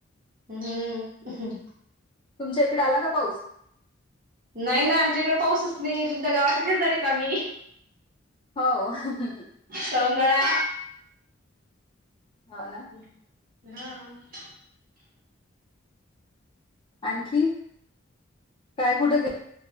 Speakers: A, on the right; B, on the left.
A: हम् हम् अं हं.
B: तुमच्या इकडे आला, का पाऊस.
A: नाही नाही आमच्या इकडं पाऊसच नाही तुमच्या गावाच्याशीच शेजारीच आम्ही.
B: हो हं हं हं.
A: सौंदळा
B: हाव ना.
A: हम्म हा.
B: आणखी काय कुठं, गे-